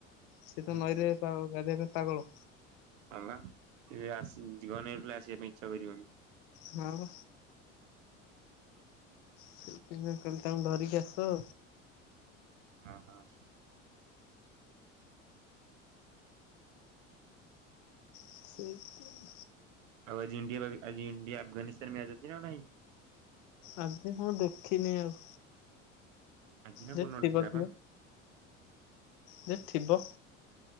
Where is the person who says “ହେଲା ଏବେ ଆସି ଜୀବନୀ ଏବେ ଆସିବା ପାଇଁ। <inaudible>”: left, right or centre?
Right